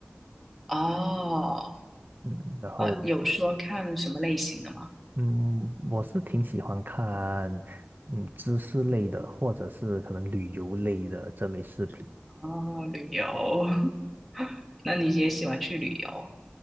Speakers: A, in the centre; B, on the right.
A: 哦，
B: 嗯，然后
A: 呃，有说看什么类型的吗？
B: 嗯，我是挺喜欢看嗯知识类的，或者是可能旅游类的这类视频，
A: 哦，旅游，<laughs> 那你也喜欢去旅游？